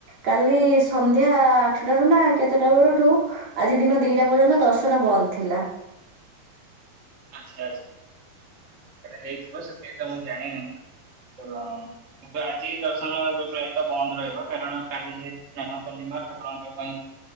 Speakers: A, on the right (about 65°); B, on the right (about 30°).
A: କାଲି ସନ୍ଧ୍ୟା ଆଠଟାରୁ ନା କେତେଟା ବେଳଠୁ ଆଜି ଦିନ ଦିଟା ପର୍ଯ୍ୟନ୍ତ ଦର୍ଶନ ବନ୍ଦ ଥିଲା। <inaudible>
B: ଆଚ୍ଛା ଆଛା ସେଟା ହେଇଥିବ ସେଥି ତ ମୁଁ ଜାଣି ନାହିଁ ତ କିନ୍ତୁ ଆଜି ଦର୍ଶନ ପ୍ରାୟତଃ ବନ୍ଦ ରହିବ କାରଣ କାଲି ଯେହେତୁ ସ୍ନାନ ପୂର୍ଣ୍ଣିମା ଠାକୁରଙ୍କ ପାଇଁ